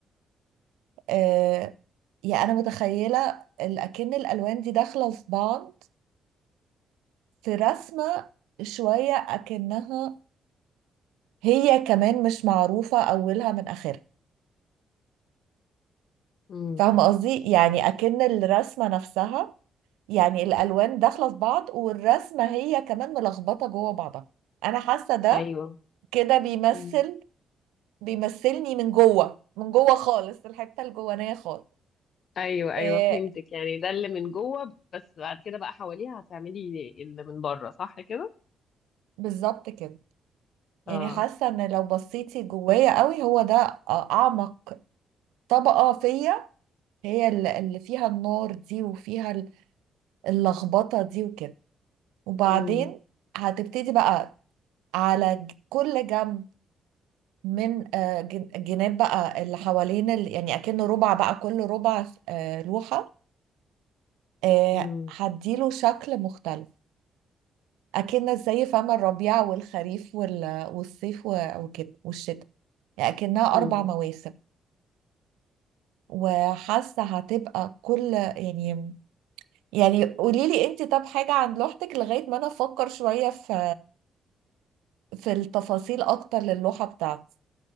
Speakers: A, on the right (about 80°); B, on the left (about 60°).
A: آه، يعني أنا متخيلة ال- أكن الألوان دي داخلة في بعض في رسمة شوية أكنها هي كمان مش معروفة أولها من آخرها
B: مم.
A: فاهمة قصدي؟ يعني أكن الرسمة نفسها يعني الالوان داخله في بعض والرسمه هي كمان ملخبطه جوه بعضها انا حاسه ده
B: ايوه
A: كده بيمثل
B: مم.
A: بيمثلني من جوه من جوه خالص الحته الجوانيه خالص
B: ايوه ايوه
A: آه
B: فهمتك يعني ده اللي من جوه بس بعد كده بقى حواليها هتعملي اللي من بره صح كده
A: بالظبط كده يعني
B: اه
A: حاسه ان لو بصيتي جوايا قوي هو ده آه، اعمق طبقه فيا هي الل- اللي فيها النار دي وفيها ال- اللخبطه دي وكده وبعدين
B: امم
A: هتبتدي بقى على ج- كل جنب من آه، جن- جناب بقى اللي حوالين ال... يعني اكنه ربع بقى كل ربع آه، لوحة آه،
B: امم
A: هديله شكل مختلف اكن زي فم الربيع والخريف وال... والصيف و- وكده والشتاء يعني اكنها
B: امم
A: اربع مواسم وحاسة هتبقى كل يعني يعني قولي لي انت طب حاجة عن لوحتك لغاية ما انا افكر شوية في في التفاصيل اكتر للوحة بتاعتي